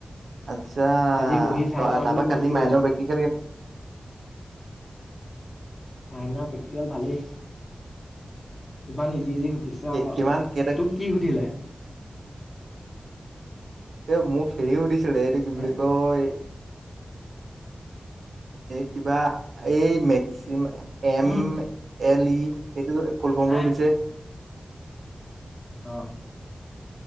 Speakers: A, on the right (about 85°); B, on the left (about 35°).
A: আচ্ছা
B: আজি বহি চাইন
A: ত
B: কৰাবলৈ
A: তাপা
B: গ'লতো
A: কালি মাইনৰ প্ৰক্টিকেল কেনে।
B: মাইনৰ পে। আজিকাল ভালেই, ইমান ইজি ইজি সুধি। ছে অ।
A: কিমান কেইটা
B: তোক কি সুধিলে?
A: অ মোক হেৰি সুধি। এতো কি বুলি
B: হে
A: কয়? কিবা এই maximum. M
B: um
A: L E. সেইটো ফুল ফমটো
B: নাই
A: সুধিছে?
B: অ